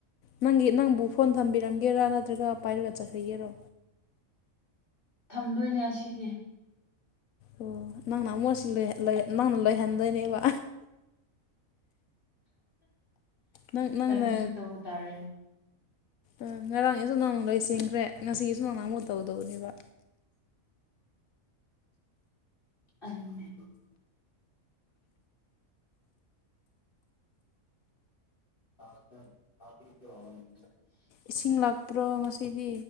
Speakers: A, on the left (about 80°); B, on the left (about 40°).
A: ꯅꯪꯒꯤ ꯅꯪꯕꯨ ꯐꯣꯟ ꯊꯝꯕꯤꯔꯝꯒꯦꯔꯥ ꯅꯠꯇ꯭ꯔꯒ ꯄꯥꯏꯔꯒ ꯆꯠꯈ꯭ꯔꯤꯒꯦꯔꯣ
B: ꯊꯝꯗꯣꯏꯅꯦ ꯑꯁꯤꯗꯤ
A: ꯑꯣ ꯅꯪꯅ ꯑꯃꯨꯠꯁꯤ ꯂꯣꯏ ꯂꯣꯏ ꯅꯪꯅ ꯂꯣꯏꯍꯟꯗꯣꯏꯅꯤꯕ ꯅꯪ ꯅꯪꯅ
B: ꯇꯜꯂꯤꯁꯨ ꯇꯧ ꯇꯔꯦ
A: ꯎꯝ ꯉꯔꯥꯡꯒꯤꯁꯨ ꯅꯪꯅ ꯂꯣꯏꯁꯤꯟꯈ꯭ꯔꯦ ꯉꯁꯤꯒꯤꯁꯨ ꯅꯪꯅ ꯑꯃꯨꯛ ꯇꯧꯗꯧꯅꯦꯕ
B: ꯑꯅꯝꯅꯦ <unintelligible>
A: ꯏꯁꯤꯡ ꯂꯥꯛꯄ꯭ꯔꯣ ꯉꯁꯤꯗꯤ